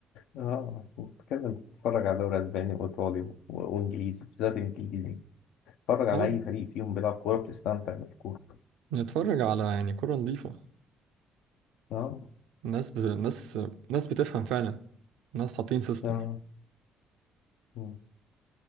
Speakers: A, on the left; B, on the right.
A: اه نتكلم نتفرج على دوري أسباني وإيطالي و- وإنجليزي بالذات إنجليزي اتفرج على
B: اه
A: أي فريق فيهم بيلعب كورة بتستمتع بالكورة
B: نتفرج على يعني كرة نظيفة
A: أه
B: ناس بت... ناس ناس بتفهم فعلا ناس حاطين سيستم
A: آه. مم.